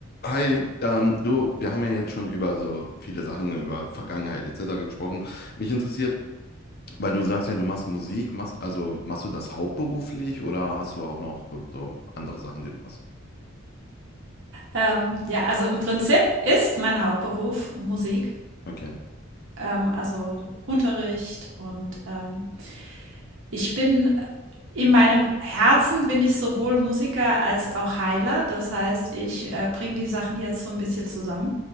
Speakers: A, on the left (about 50°); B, on the right (about 65°).
A: Hi, ähm, du, wir haben ja jetzt schon über so viele Sachen, über Vergangenheit etc. gesprochen. Mich interessiert, weil du sagst ja, du machst Musik, machst, also machst du das hauptberuflich oder hast du auch noch äh, so andere Sachen, die du machst?
B: Ähm, ja, also im Prinzip ist mein Hauptberuf Musik,
A: Okay,
B: ähm, also Unterricht und ähm, ich bin äh, in meinem Herzen bin ich sowohl Musiker als auch Heiler. Das heißt, ich äh, bringe die Sachen jetzt so ein bisschen zusammen.